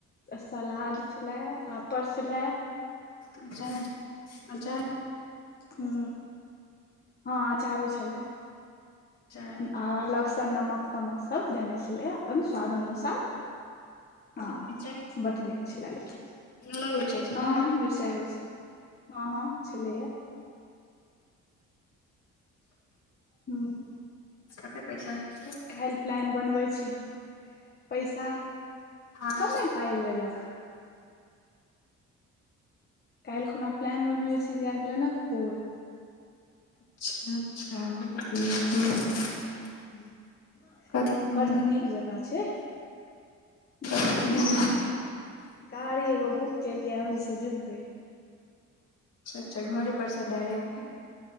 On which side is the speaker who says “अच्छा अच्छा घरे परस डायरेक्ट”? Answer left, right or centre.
Left